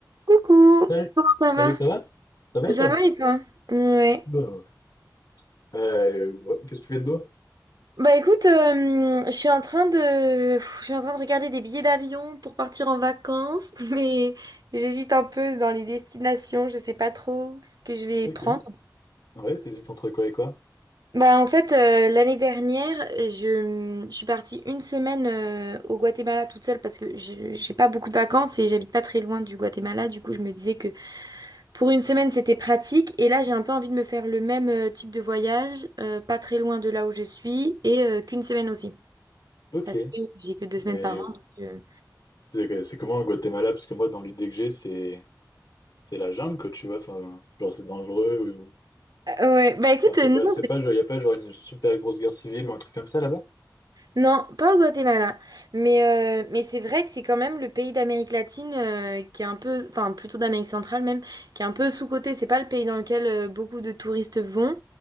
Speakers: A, on the right (about 65°); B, on the left (about 65°).
A: Coucou,
B: Salut,
A: comment ça
B: salut,
A: va?
B: ça va? Ça va et toi?
A: Ça va et toi? Ouais.
B: Bah ouais. Euh, ouais, Qu'est-ce que tu fais de beau?
A: Bah écoute, euh, je suis en train de, pff, je suis en train de regarder des billets d'avion pour partir en vacances, <laughs> mais j'hésite un peu dans les destinations. Je sais pas trop ce que je vais
B: Ok.
A: prendre.
B: Ouais, t'hésites entre quoi et quoi?
A: Bah en fait, euh, l'année dernière, je, je suis partie une semaine euh, au Guatemala toute seule parce que je j'ai pas beaucoup de vacances et j'habite pas très loin du Guatemala. Du coup, je me disais que Pour une semaine, c'était pratique. Et là, j'ai un peu envie de me faire le même euh, type de voyage, euh, pas très loin de là où je suis, et euh, qu'une semaine aussi.
B: Ok.
A: Parce que j'ai que deux
B: Mais
A: semaines par an. donc, euh,
B: c'est que- c'est comment au Guatemala? Parce que moi, dans l'idée que j'ai, c'est c'est la jungle, quoi, tu vois. Enfin, genre, c'est dangereux. Ou...
A: Ah Ouais, bah écoute,
B: Enfin,
A: euh,
B: c'est pas,
A: non,
B: c'est
A: c'est-
B: pas, genre, y a pas genre une super grosse guerre civile ou un truc comme ça là-bas?
A: non, pas au Guatemala. Mais, euh, mais c'est vrai que c'est quand même le pays d'Amérique latine euh, qui est un peu, enfin plutôt d'Amérique centrale même, qui est un peu sous-coté. C'est pas le pays dans lequel euh, beaucoup de touristes vont.